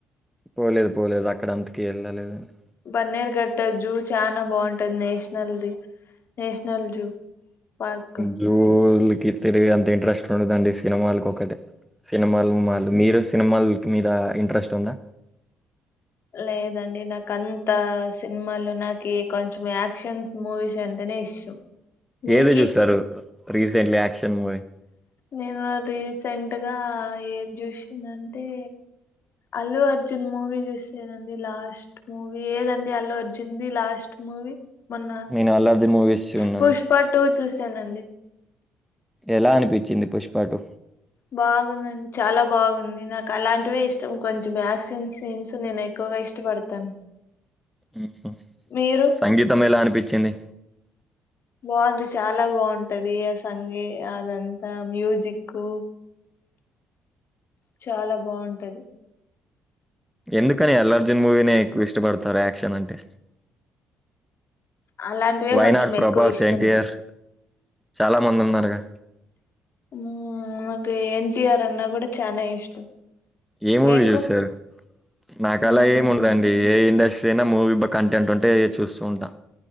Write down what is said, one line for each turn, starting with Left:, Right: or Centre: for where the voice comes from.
Centre: పోలేదు పోలేదు అక్కడ అంతకీ ఎళ్ళలేద్ అండి
Left: బన్నేరు గట్టది జూ చానా బాగుంటది నేషనల్ది. నేషనల్ జూ పార్క్
Centre: జూలికి తిరిగే అంత ఇంట్రెస్ట్ ఉండదండి సినిమాలకు ఒకటే. సినిమాలు, మాళ్ళు మీరు సినిమాలకి మీదా ఇంట్రెస్ట్ ఉందా.
Left: లేదండి నాక్ అంతా సినిమాల్లో నాకీ కొంచెం యాక్షన్స్ మూవీస్ అంటనే ఇష్టం. మీకి
Centre: ఏది చూశారు రీసెంట్లీ యాక్షన్ మూవీ.
Left: నేను అది రీసెంట్ గా ఏది చూశినంటే. అల్లు అర్జున్ మూవీ చూశానండి లాస్ట్ మూవీ ఏదండి అలు అర్జున్ది లాస్ట్ మూవీ మొన్న.
Centre: నేను అల్లు అర్జున్ మూవీస్ చూన్నాను
Left: పుష్పా టూ చూశానండి
Centre: ఎలా అనిపిచ్చింది పుష్పాటు
Left: బాగుందండి చాలా బాగుంది నాకు అలాంటివే ఇష్టం కొంచెం యాక్షన్ సీన్స్ నేను ఎక్ క్కువగా ఇష్టపడతాను
Centre: ఊహు
Left: మీరు
Centre: సంగీతం ఎలా అనిపిచ్చింది.
Left: బాగుంది చాలా బాగుంటదీ ఆ సంగీ అదంతా మ్యూజిక్కూ. చాలా బాగుంటది
Centre: ఎందుకని అల్లు అర్జున్ మూవీనే ఎక్కువ ఇష్టపడతారు యాక్షన్ అంటే.
Left: అలాంటివే
Centre: వైనాట్
Left: కొంచెం
Centre: ప్రభాస్
Left: ఎక్కువ ఇష్టం
Centre: ఎన్టీఆర్
Left: నాక్
Centre: చాలా మంది ఉన్నారుగా
Left: ఆ. ఊ నాకు ఎన్ టీఆర్ అన్నా కూడా చానా ఇష్టం.
Centre: ఏ మూవీ
Left: మీకు
Centre: చూశారు నాకు
Left: మ్మ్
Centre: అలా ఏముండదండి ఏ ఇండస్ టైనా మూవీ బ కంటెంట్ ఉంటే అది చూస్తూ ఉంటా.